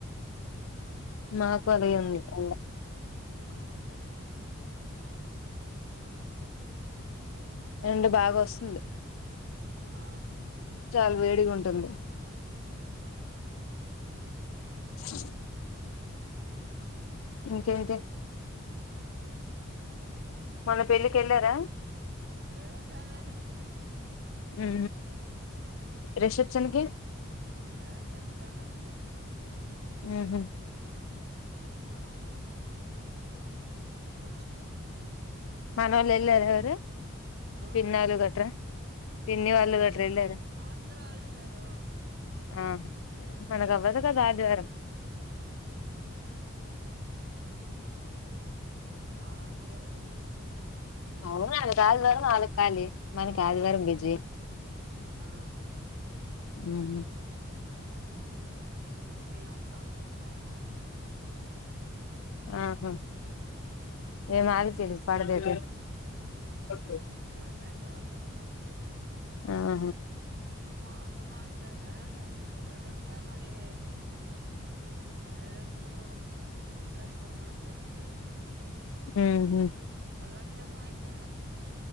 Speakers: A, on the left; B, on the right.
A: మాకుంది అ
B: ఉమ్ ద మ
A: రండు బాగా వస్తుంది
B: ఆ
A: చాలా వేడిగా ఉంటుంది
B: హ
A: అ ఇకే ఇకా
B: అ
A: మొన్న పెళ్ళికి వెళ్ళారా
B: లే చల్దు
A: ఆ రిసెప్షన్ కి
B: ఆ దానికి వెళ్ళదు నేను
A: ఆహ
B: ఆ ఆ
A: మనవళ్ళ ఎళ్రవరు
B: ఆ
A: పిన్నాళ్ళు కట్రా పిన్ని వాళ్ళు
B: ఆళ్ళెళ్ళారు
A: కట్రా ఇ లేద
B: అందరూ ఆళ్ళెళ్ళారు
A: ఆ మనకు అవ్వదు
B: ఆ
A: కదా ఆదివారం
B: ఆ ఆళ అంద్ర ఇలిర్లే
A: అవునా అలు కాలు వారం నాలు కాలి
B: ఆ
A: మనకి ఆది వారం బిజి
B: ఆ
A: మ్ హు
B: మీ అత్త ఆళ మాత్రమే వెళ్ళదు అళ
A: ఆహా ఏం ఆరో తేదీ పడదేటి అబ్బే
B: <unintelligible>
A: ఆహా
B: ఆడుదు పట్లేద వెళ్ళదంటే మరి హిలీద్దురు ఎలిపోతున డుటికి
A: ఉమ్మ్
B: లచ్చర అయితే